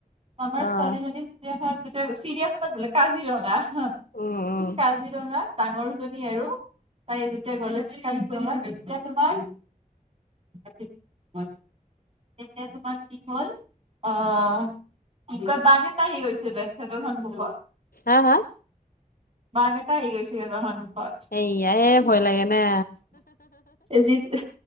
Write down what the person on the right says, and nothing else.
মামাৰ
ছোৱালীজনী চিৰিয়াখানাত যেতিয়া গৈ চিৰিয়াখানাত বোলে, কাজিৰঙা। হ'--কাজিৰঙা
ডাঙৰজনী আৰু। তাই যেতিয়া গলে কাজিৰঙা তেতিয়া তোমাৰ তেতিয়া তোমাৰ কি হল, আহ' কি কয়, বাঘ এটা আহি গৈছিলে সিহঁতৰ সন্মুখত।
বাঘ এটা আহি গৈছে সিহঁতৰ সন্মুখত।
জীপ